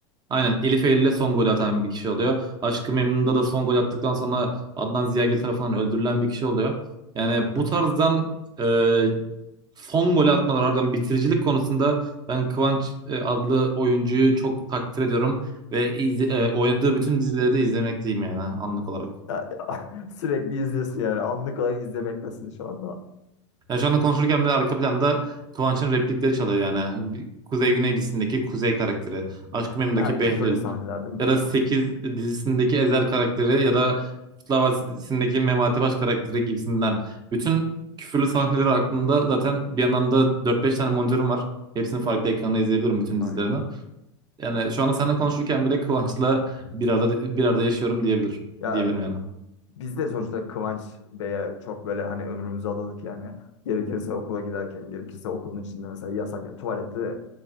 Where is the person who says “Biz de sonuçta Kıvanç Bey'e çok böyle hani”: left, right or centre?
Left